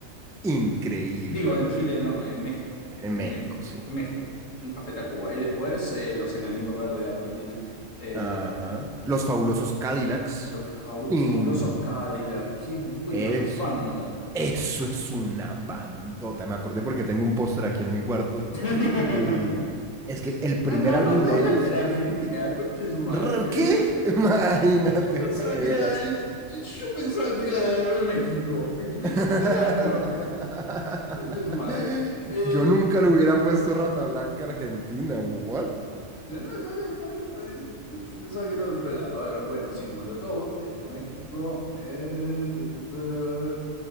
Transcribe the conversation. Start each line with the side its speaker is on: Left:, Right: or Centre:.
Centre: Increíble
Left: Digo, en
Centre: Café
Left: Chile
Centre: Tac-
Left: no, en México.
Centre: En
Left: En
Centre: México,
Left: México.
Centre: sí.
Left: en México, en Café Tacuba. Y después eh, Los Enanitos Verdes de Argentina. eh,
Centre: Ajá. Los fabulosos Cadillacs.
Left: los Fau-
Centre: Y
Left: Fabulosos Cadillac. Qué buena
Centre: es,
Left: banda.
Centre: eso es una bandota. Me acordé porque tengo un póster aquí en mi cuarto
Left: <laughs>
Centre: Y es que el primer
Left: Ah, no,
Centre: álbum
Left: Rata
Centre: de
Left: Blanca
Centre: ellos,
Left: era argentina. Concha de su madre.
Centre: re-
Left: me-
Centre: ¿qué? <laughs> Imagínate,
Left: Yo pensaba
Centre: para que
Left: que
Centre: veas.
Left: era, yo pensaba que era de México. Me, me
Centre: <laughs>
Left: están cagando. Concha de su madre. Eh,
Centre: Yo nunca le hubiera puesto Rata Blanca Argentina, ¿what?
Left: yo, no, está bien, está bien, está bien. Yo, yo pensaba que era de otro lado. A ver, bueno, sí, Molotov, eh, México, eh, ta, ta, ta,